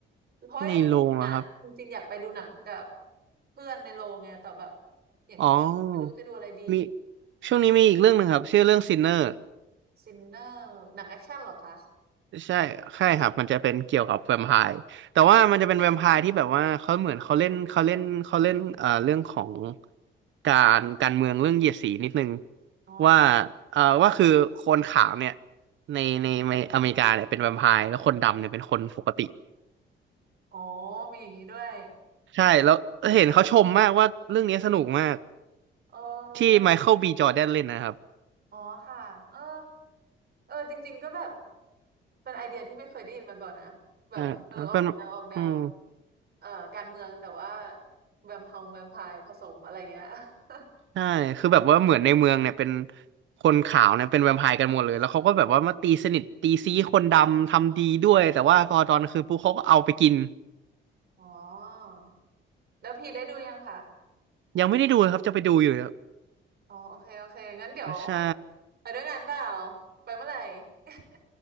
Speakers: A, on the right; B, on the right.
A: เพราะอย่างอ่ะจริงๆอยากไปดูหนังกับ
B: ในโรงเหรอครับ
A: เพื่อนในโรงไงแต่แบบอย่างที่ว่าไม่รู้จะดูอะไรดี
B: อ๋อมีช่วงนี้มีอีกเรื่องหนึ่งครับชื่อเรื่องซินเนอร์
A: ซินเนอร์หนังแอคชั่นเหรอคะ
B: ใช่ใช่ครับ มันจะเป็นเกี่ยวกับแวมไพร์แต่ว่ามันจะเป็นแวมไพร์ที่แบบว่าเขาเหมือนเขาเล่นเขาเล่นเขาเล่นเอ่อเรื่องของการการเมืองเรื่องเหยียดสีนิดนึง
A: อ๋อ
B: ว่าเอ่อว่าคือคนขาวเนี่ยในในในอเมริกาเนี่ยเป็นแวมไพร์แล้วคนดำเนี่ยเป็นคนปกติ
A: อ๋อมีอย่างนี้ด้วย
B: ใช่แล้วเห็นเขาชมมากว่าเรื่องนี้สนุกมาก
A: เอ
B: ที่ไมเคิลบีจอร์แดนเล่นนะครับ
A: อ อ๋อค่ะเออเออจริงๆก็แบบเป็นไอเดียที่ไม่เคยได้ยินมาก่อนนะแบบเออออกแนวออกแนว
B: อ่าเป็นอืม
A: เอ่อการเมืองแต่ว่าแวมพองแวมไพร์ผสมอะไรเงี้ย <laughs>
B: ใช่คือแบบว่าเหมือนในเมืองเนี่ยเป็นคนขาวเนี่ยเป็นแวมไพร์กันหมดเลย แล้วเขาก็แบบว่ามาตีสนิทตีซี้คนดำทำดีด้วยแต่ว่าพอตอนกลางคืนปุ๊บเขาก็เอาไปกิน
A: อ๋อแล้วพีได้ดูยังคะ
B: ยังไม่ได้ดูเลยครับจะไปดูอยู่เนี่ย
A: อ๋อโอเคโอเคงั้นเดี๋ยว
B: ใช่
A: ไปด้วยกันเปล่าไปเมื่อไหร่ <laughs>